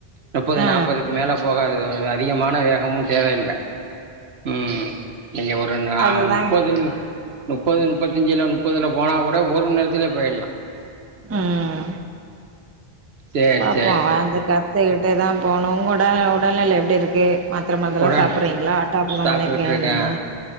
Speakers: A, on the right (about 80°); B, on the right (about 20°).
A: முப்பது
B: ஆ
A: நாப்பதுக்கு மேல போகாது அதிகமான வேகமு தேவயில்ல ம் நீங்க ஒரு நா
B: அதுதா
A: முப்பது முப் நுப்பது நுப்பத்தஞ்சுல நுப் பொதுல போனா கூட ஒருமணி நேரத்துல போயிடலாம்
B: ம்
A: சேரி
B: பாப்போ
A: சேரி சேரி
B: அந்த கத்துகிட் டுதா போணு உங்கோட உடல்நெல எப்டி இருக்கு மாத்தர மாிரெல்லாம்
A: உடன்
B: சாப்பிடடுறீங்களா ஆட் அப்ரான்
A: சாப்ட்டுக்கிட்ருக்கே
B: பண்ணிருக்கனிங்க